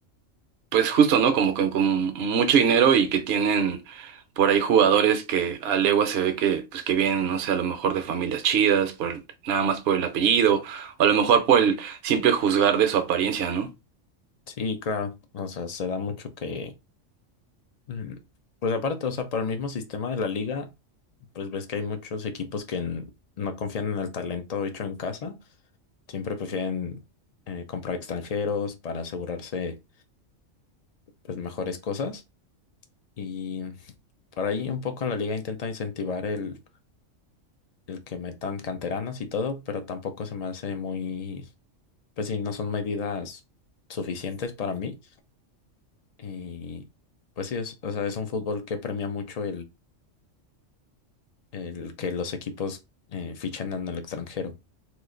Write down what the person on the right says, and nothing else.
pues justo, ¿no? Como con, con mucho dinero y que tienen por ahí jugadores que a legua se ve que, pues que vienen, no sé, a lo mejor de familias chidas, por el- nada más por el apellido, o a lo mejor por el simple juzgar de su apariencia, ¿no?